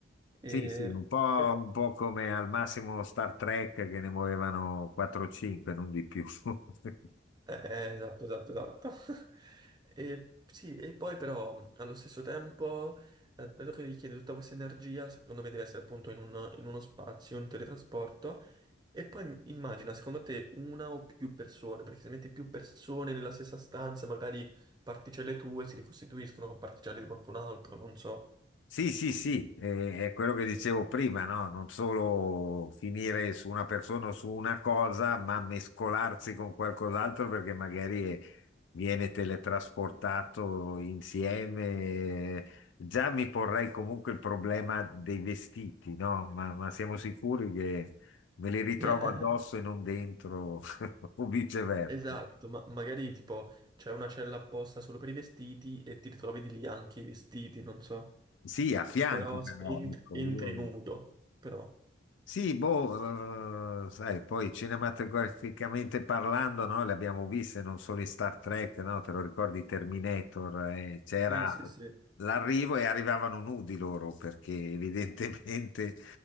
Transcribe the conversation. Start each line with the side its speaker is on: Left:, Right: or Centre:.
Right: E
Left: Sì, sì, un po',
Right: per-
Left: un po' come al massimo Star Trek che ne muovevano 4-5, non di più. <laughs>
Right: Eh, eh, esatto, esatto, esatto. <laughs> E, sì, e poi però allo stesso tempo, eh, dato che richiede tutta questa energia, secondo me deve essere appunto in, un- in uno spazio, un teletrasporto. E poi im- immagina, secondo te, una o più persone, perché se metti più persone nella stessa stanza, magari particelle tue si ricostituiscono con particelle di qualcun altro, non so.
Left: Sì, sì, sì, eh, è quello che dicevo prima, no? Non solo finire su una persona o su una cosa, ma mescolarsi con qualcos'altro perché magari viene teletrasportato insieme. eh, Già mi porrei comunque il problema dei vestiti, no? Ma, ma siamo sicuri che me li ritrovo
Right: <laughs> Eh, eh,
Left: addosso
Right: eh.
Left: e non dentro <laughs> o viceversa?
Right: Esatto, ma magari tipo c'è una cella apposta solo per i vestiti e ti ritrovi di lì anche i vestiti, non so.
Left: Sì, a fianco
Right: Però
Left: però,
Right: s- ent-
Left: ecco,
Right: entri
Left: io
Right: nudo, però.
Left: Sì, boh, eh, sai, poi cinematograficamente parlando, no, le abbiamo viste non solo in Star Trek, no, te lo ricordi Terminator, eh, c'era
Right: Sì, sì, sì.
Left: l'arrivo e arrivavano nudi loro perché evidentemente